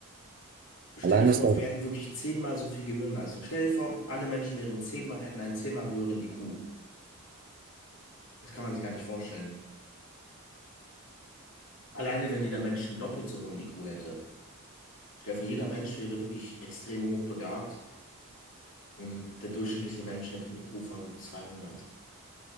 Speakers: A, on the left; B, on the right.
A: stell
B: Allein
A: dir vor,
B: das, dann-
A: wir hätten wirklich zehnmal so viel Gehirnleistung. Stell dir vor, alle Menschen wären zehnmal, hätten einen zehnmal höheren IQ. Das kann man sich gar nicht vorstellen. Alleine wenn jeder Mensch einen doppelt so hohen IQ hätte. Stell dir vor, jeder Mensch wäre wirklich extrem hochbegabt und der durchschnittliche Mensch hätte einen IQ von 200.